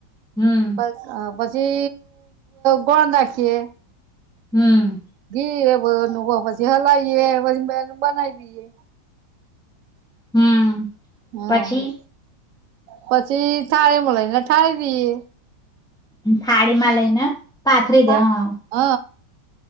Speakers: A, in the centre; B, on the right (about 80°).
A: હમ
B: બસ બસ. જે ગોળ ના ખીએ
A: હમ્.
B: ઘી એ બધ પછી હલાવીએ પછી બનાવી દઈએ.
A: હમ.
B: હા.
A: પછી
B: પછી થાળી મળ લને થાળી દઈએ.
A: થાળી માં લઈને પાથરી
B: ખા
A: દે હા
B: હ.